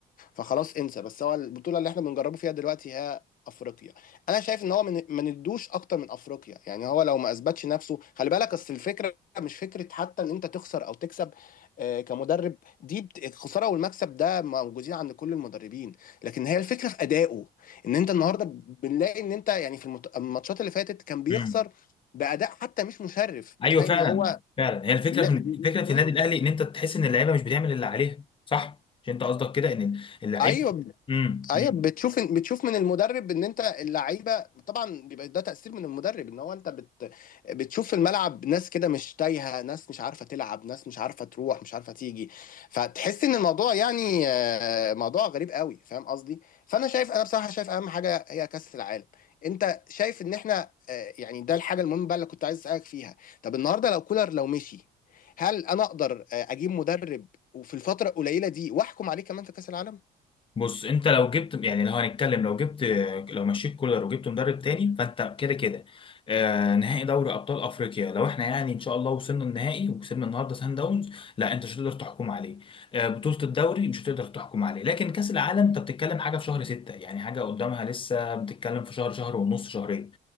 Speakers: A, on the left; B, on the left.
A: فخلاص انسى بس هو البطوله اللي احنا بنجربه فيها دلوقتي هي افريقيا انا شايف ان هو من ما ندوش اكتر من افريقيا يعني هو لو ما اثبتش نفسه خلي بالك اصل الفكره مش فكره حتى ان انت تخسر او تكسب آه، كمدرب دي بت- الخساره والمكسب ده موجودين عند كل المدربين لكن هي الفكره في ادائه ان انت النهارده بنلاقي ان انت يعني في المت- الماتشات اللي فاتت كان بيخسر
B: يعني؟
A: باداء حتى مش مشرف بتلاقي
B: ايوه فعلا
A: ان هو
B: فعلا هي الفكره
A: لا
B: في
A: م-
B: فكره
A: م-
B: في النادي الاهلي ان انت تحس ان اللعيبه مش بتعمل اللي عليها صح مش انت قصدك كده ان اللعيبه
A: ايوه
B: امم
A: ايوه
B: أمم.
A: بتشوف بتشوف من المدرب ان انت اللعيبه طبعا بيبقى ده تاثير من المدرب ان هو انت بت بتشوف في الملعب ناس كده مش تايهه ناس مش عارفه تلعب ناس مش عارفه تروح مش عارفه تيجي فتحس ان الموضوع يعني آه، موضوع غريب قوي فاهم قصدي فانا شايف انا بصراحه شايف اهم حاجه هي كاس العالم انت شايف ان احنا آه، يعني ده الحاجه المهمه بقى اللي كنت عايز اسالك فيها طب النهارده لو كولر لو مشي هل انا اقدر آه، اجيب مدرب وفي الفتره القليله دي واحكم عليه كمان في كاس العالم
B: بص انت لو جبت يعني لو هنتكلم لو جبت لو مشيت كولر وجبت مدرب تاني فانت كده كده آه نهائي دوري ابطال افريقيا لو احنا يعني ان شاء الله وصلنا النهائي وكسبنا النهارده سان داونز لا انت مش هتقدر تحكم عليه آه بطوله الدوري مش هتقدر تحكم عليه لكن كاس العالم انت بتتكلم حاجه في شهر ستة يعني حاجه قدامها لسه بتتكلم في شهر شهر ونص شهرين